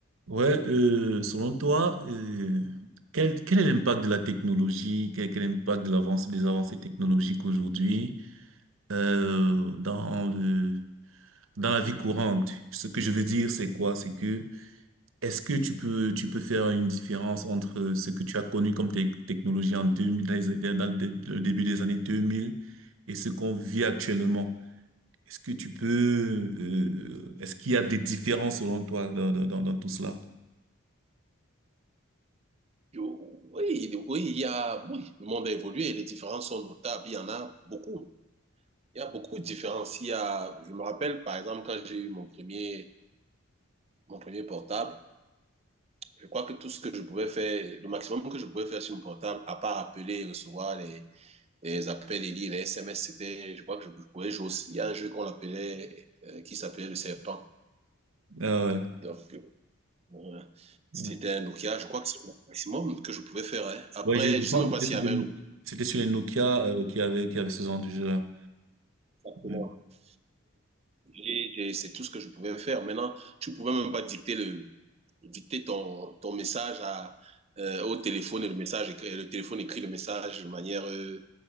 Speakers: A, on the right (about 70°); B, on the right (about 30°).
A: Ouais, euh, selon toi, euh, quel, quel est l'impact de la technologie, quel, quel est l'impact de l'avance, des avancées technologiques aujourd'hui euh, dans le, dans la vie courante? Ce que je veux dire, c'est quoi? C'est que est-ce que tu peux, tu peux faire une différence entre ce que tu as connu comme tec- technologie en 2000, dans les- dans le dé- le début des années 2000 et ce qu'on vit actuellement? Est-ce que tu peux, euh, est-ce qu'il y a des différences selon toi dans, dans, dans- dans tout cela?
B: Oui, oui, il y a, oui, le monde a évolué, les différences sont notables, il y en a beaucoup. Il y a beaucoup de différences. Il y a, je me rappelle, par exemple, quand j'ai eu mon premier, mon premier portable, je crois que tout ce que je pouvais faire, le maximum que je pouvais faire sur mon portable, à part appeler et recevoir les, les appels et lire les SMS, c'était, je crois que je, je pouvais jouer aussi. Il y a un jeu qu'on appelait, euh, qui s'appelait le serpent.
A: Ah ouais.
B: Donc, euh, c'était
A: Ouais,
B: un Nokia, je crois que c'est le maximum que je pouvais faire. hein. Après,
A: Ouais, je, je
B: je
A: pense
B: sais même
A: que
B: pas s'il
A: c'était sur
B: y
A: des
B: avait
A: No-
B: un
A: c'était sur les Nokia, euh, qui avaient, qui avaient ce genre de jeu-là.
B: autre.
A: Mm.
B: J'ai- j'ai- C'est tout ce que je pouvais faire. Maintenant, tu pouvais même pas dicter le, dicter ton, ton message à, euh, au téléphone et le message, écrit- et le téléphone écrit le message de manière, euh,